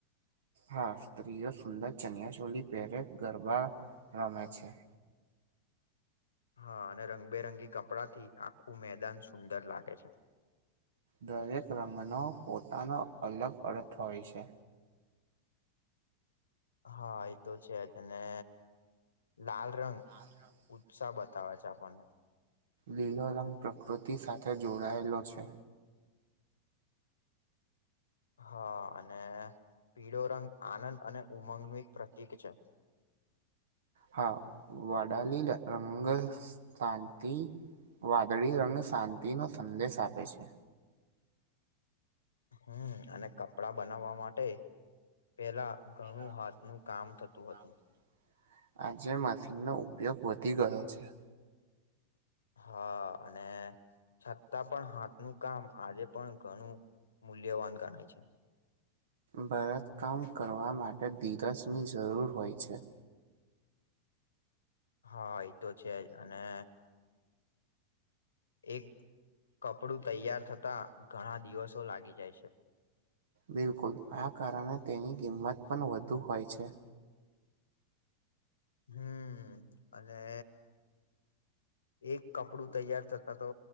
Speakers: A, on the right (about 60°); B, on the left (about 70°).
A: હા સ્ત્રીઓ સુંદર ચનિયા ચોલી પહેરે ગરબા રમે છે.
B: હા અને રંગબેરંગી કપડા થી આખું મેદાન સુંદર લાગે છે.
A: દરેક રંગનો પોતાનો અલગ અર્થ હોય છે.
B: હા એતો છે જ, અને લાલ રંગ
A: <inaudible>
B: ઉત્સાહ બતાવે છે આપણને
A: લીલો રંગ પ્રકૃતિ સાથે જોડાયેલો છે.
B: હા અને પીળો રંગ આનંદ અને ઉમંગનું એક પ્રતિક છે
A: હા, વાડાલીલે રંગે શાંતિ વાદળી રંગ શાંતિ નો સંદેશ આપે છે.
B: હમ્મ, અને કપડા બનાવવા માટે પેલા ઘણું
A: <inaudible>
B: હાથનું કામ થતું હતું.
A: આજે માશીનનો ઉપયોગ વધી ગયો છે
B: હા અને છતાં પણ હાથનું કામ આજે પણ ઘણું મૂલ્યવાન ગણાય છે.
A: ભરતકામ કરવા માટે ધીરજની જરૂર હોય છે
B: હા, એતો છે જ, અને એક કપડું તૈયાર થતા ઘણા દિવસો લાગી જાય છે.
A: બિલકુલ, આ કારણે તેની કિંમત પણ વધુ હોય છે.
B: હમ, અને એક કપડું તૈયાર થતા તો.